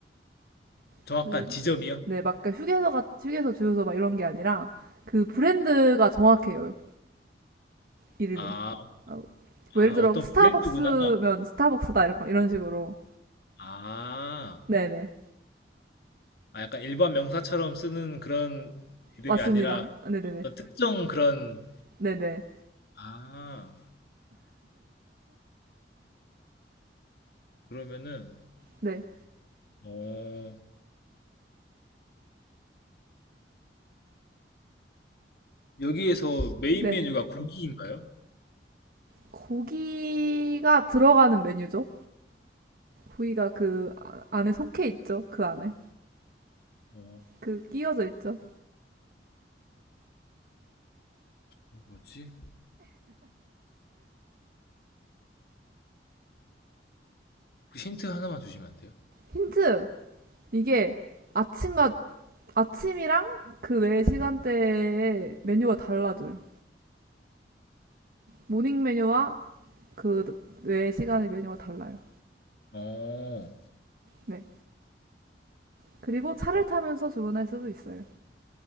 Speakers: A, on the left; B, on the right.
A: 정확한
B: 그,
A: 지점이요?
B: 네, 막 그 휴게소 같 휴게소 주유소 막 이런 게 아니라 그 브랜드가 정확해요. 이름이.
A: 아,
B: 어, 뭐
A: 아,
B: 예를 들어
A: 어떤
B: 스타벅스면
A: 브랜드구나.
B: 스타벅스다 이런 이런 식으로.
A: 아,
B: 네, 네.
A: 아 약간 일반 명사처럼 쓰는 그런 이름이
B: 맞습니다.
A: 아니라
B: 네, 네, 네.
A: 어떤 특정 그런
B: 네, 네.
A: 아 그러면은
B: 네.
A: 어 여기에서 메인
B: 네.
A: 메뉴가 고기인가요?
B: 고기가 들어가는 메뉴죠. 고기가 그 아- 안에 속해 있죠. 그 안에.
A: 어
B: 그 끼워져 있죠.
A: 어, 뭐지? 혹시 힌트 하나만 주시면 안 돼요?
B: 힌트. 이게 아침과 아침이랑 그 외 시간대에 메뉴가 달라져요. 모닝 메뉴와 그 외 시간의 메뉴가 달라요.
A: 어,
B: 네. 그리고 차를 타면서 주문할 수도 있어요.